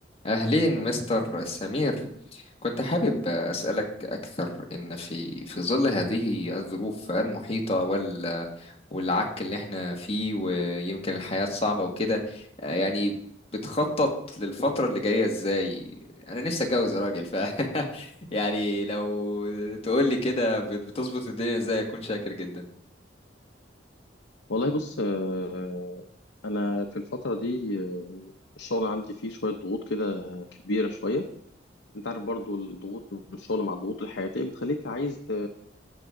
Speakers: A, on the left (about 30°); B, on the left (about 80°).
A: أهلين مستر سمير كنت حابب أسألك أكثر إن في في ظل هذه الظروف المحيطة وال والعك اللي احنا فيه ويمكن الحياة صعبة وكده آه، يعني بتخطط للفترة اللي جاية إزاي؟ أنا نفسي أتجوز يا راجل ف <laughs> يعني لو تقولي كده بت- بتظبط الدنيا إزاي أكون شاكر جدا.
B: والله بص آه، انا في الفتره دي آه، الشغل عندي فيه شويه ضغوط كده كبيره شويه انت عارف برضو الضغوط من الشغل مع الضغوط الحياتيه بتخليك عايز ت...